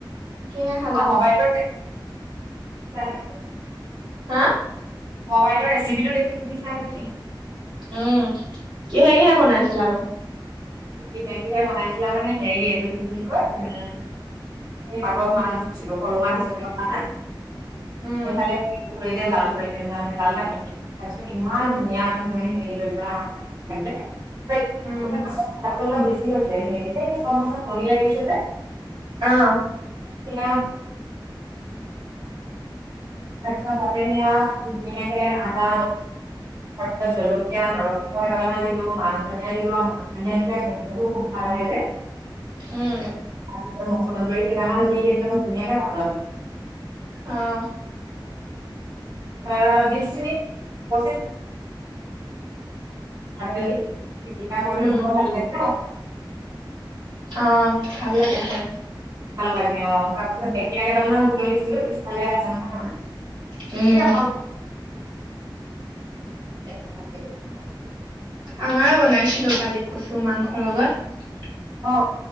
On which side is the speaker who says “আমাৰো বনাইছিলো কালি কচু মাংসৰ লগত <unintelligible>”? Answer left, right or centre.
Right